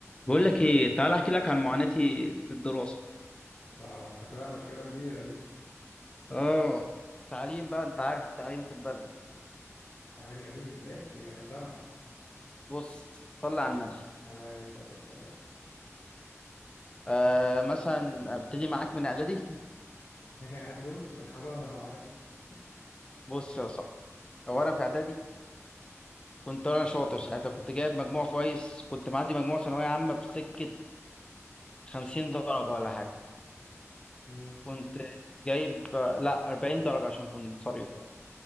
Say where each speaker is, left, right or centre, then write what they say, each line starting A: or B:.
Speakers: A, on the left; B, on the left.
A: بقول لك ايه تعال احكي لك عن معاناتي في الدراسه
B: اه شكلها مشكلة كبيرة دي
A: اه تعليم بقى انت عارف التعليم في البلد
B: تعليم جميل احكي انا سامع
A: بص صلي على النبي
B: عليه الصلاة والسلام
A: آه مثلا ابتدي معاك من اعدادي
B: <laughs> انا قاعد بص من حضانة لو عايز
A: <laughs> بص يا صاحبي اولا في اعدادي كنت انا شاطر ساعتها كنت جايب مجموع كويس كنت معدي مجموع ثانويه عامه بسكه 50 درجه ولا حاجه
B: امم
A: كنت جايب آه، لا 40 درجه عشان كنت صريح يعني